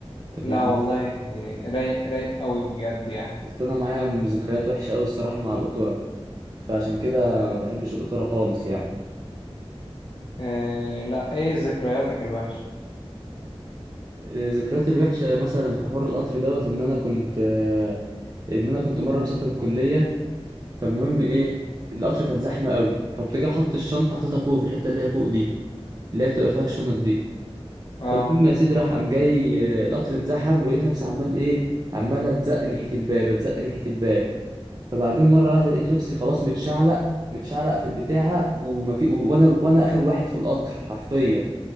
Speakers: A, on the right; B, on the left.
A: انت
B: لا
A: فاهمني
B: والله رايق رايق قوي بجد يعني
A: اصل انا معايا ذكريات وحشة قوي الصراحة مع القطورة فعشان كده ما بحبش القطورة خالص يعني
B: إيه لا ايه ذكرياتك الوحشة
A: آه، ذكرياتي الوحشة مثلا في حوار القطر دوت ان انا كنت آه، ان انا كنت مرة مسافر الكلية فالمهم ايه القطر كان زحمة قوي فقمت جاي حط الشنطة حطيتها فوق في الحتة اللي هي فوق دي اللي هي بتبقى فيها الشنط دي
B: اه
A: فالمهم يا سيدي راح قام جاي آه، القطر اتزحم ولقيت نفسي عمال ايه عمال اتزق ناحيه الباب اتزق ناحيه الباب فبعدين مره واحده لقيت نفسي خلاص متشعلق متشعلق في البتاعه وما في و- وانا وانا اخر واحد في القطر حرفيا